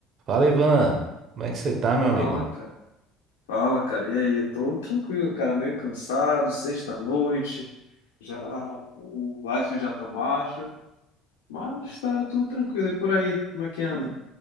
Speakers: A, on the right; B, on the left.
A: Fala, Ivan. Como é que você tá, meu
B: Fala,
A: amigo?
B: cara. Fala, cara. E aí? Eu tô tranquilo, cara. Meio cansado, sexta-noite. Já o o life já tá baixo, mas tá tudo tranquilo. E por aí, como é que anda?